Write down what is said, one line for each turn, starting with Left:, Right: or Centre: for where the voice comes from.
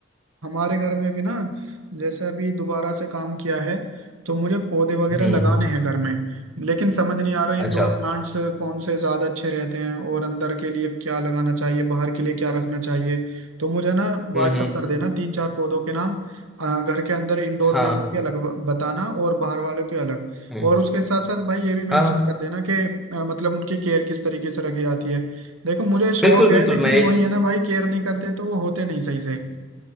Right: हमारे घर में भी ना जैसे अभी दोबारा से काम किया है तो मुझे पौधे वगैरह
Centre: हम्म
Right: लगाने हैं घर में लेकिन समझ नहीं आ रहा इंडोर
Centre: अच्छा
Right: प्लांट्स कौन से ज़्यादा अच्छे रहते हैं और अंदर के लिए क्या लगाना चाहिए बाहर के लिए क्या रखना चाहिए तो मुझे ना व्हाट्सअप
Centre: हम्म हम्म
Right: कर देना तीन चार पौधों के नाम अ, घर के अंदर इंडोर
Centre: हाँ
Right: प्लांट्स के अलग ब- बताना और बाहर वालों के अलग
Centre: हम्म
Right: और उसके साथ साथ भाई ये भी मेंशन
Centre: हाँ हाँ।
Right: कर देना कि अ, मतलब उनकी केयर किस तरीके से रखी जाती है देखो मुझे शौक
Centre: बिल्कुल
Right: है
Centre: बिल्कुल
Right: लेकिन
Centre: मैं ये
Right: वही है ना भाई केयर नहीं करते तो वो होते नहीं सही से